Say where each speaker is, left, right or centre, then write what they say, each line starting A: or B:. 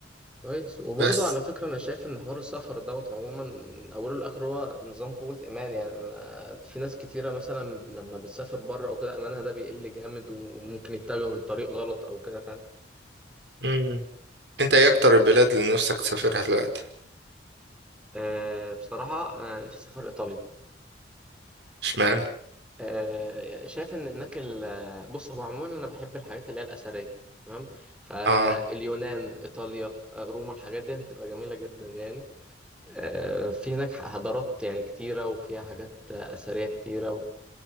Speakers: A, in the centre; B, on the right.
A: كويس وبرضه
B: بس
A: على فكرة أنا شايف إن حوار السفر دوت عموما من أوله لآخره هو نظام قوة إيمان يعني أنا- في ناس كتيرة مثلا لما بتسافر بره أو كده إيمانها ده بيقل جامد وممكن يتجهوا لطريق غلط أو كده فاهم
B: مم. انت ايه أكتر البلاد اللي نفسك تسافرها دلوقتي
A: أه بصراحة أنا نفسي أسافر إيطاليا
B: اشمعنى
A: أه شايف إن هناك ال- آه، بص هو عموما أنا بحب الحاجات اللي هي الأثرية تمام فاليونان
B: اه
A: إيطاليا آه، روما الحاجات دي هتبقى جميلة جدا يعني آه، في هناك حضارات يعني كتيرة وفيها حاجات آه، أثرية كتيرة